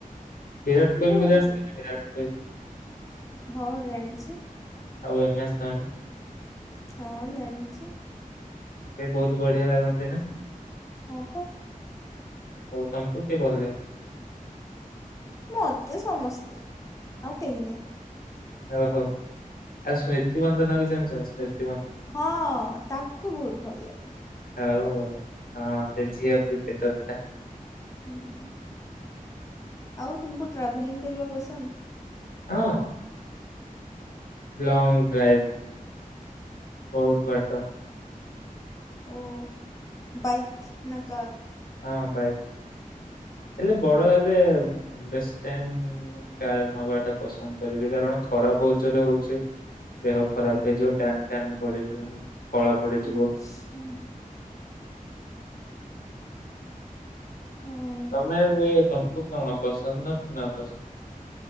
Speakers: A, on the left; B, on the left.
A: ବିରାଟ କୋହିଲିକୁ
B: ବୁଝେ
A: ଜାଣିଚନ୍ତି ବିରାଟ କୋହିଲ?
B: ହଁ ଜାଣିଛି।
A: ଆଉ ଏମ୍ ଏସ୍ ଧୋନି।
B: ହଁ ଜାଣିଛି।
A: ବି ବୋହୁତ ବଢିଆ ଲାଗନ୍ତି ନା?
B: ହଁ ପା।
A: ଆଉ ତମକୁ କିଏ ଭଲ ଲାଗେ?
B: ମତେ ସମସ୍ତେ ଆଉ କେହି ନେଇଁ।
A: ହଉ ହଉ ଆଉ ସ୍ମ୍ରିତି ମନ୍ଦନାକୁ ଜାଣିଚ ସ୍ମ୍ରି
B: ହଁ ତାକୁ ବୋହୁତ ଭଲ ଲାଗେ।
A: ଆଉ ହଁ ସେ ଝିଅ କ୍ରିକେଟରଟା।
B: ହୁଁ। ଆଉ ତୁମକୁ ଟ୍ରାଭେଲିଂ କରିବା ପସନ୍ଦ?
A: ହଁ। Long drive. ବୋହୁତ ବାଟ।
B: ଓ ବାଇକ୍ ନା କାର୍?
A: ହଁ ବାଇକ୍ ହେଲେ ବଡ ହେଲେ ବେଶୀ ଟାଇମ୍ ଉଁ କାର୍ ନବାଟା ପସନ୍ଦ କରିବି କାରଣ ଖରା ବୋହୁତ ଜୋରେ ହଉଚି। ଦେହ ଖରାପ
B: ହୁଁ
A: ହେଇଯିବ ଟ୍ୟାନ୍ ଟ୍ୟାନ୍ ପଡିଯିବ। କଳା ପଡିଯିବ।
B: ଆଚ୍ଛା। ହଁ
A: ତମେ ଏବେ ତମକୁ କଣ ପସନ୍ଦ ନା ନାପସନ୍ଦ?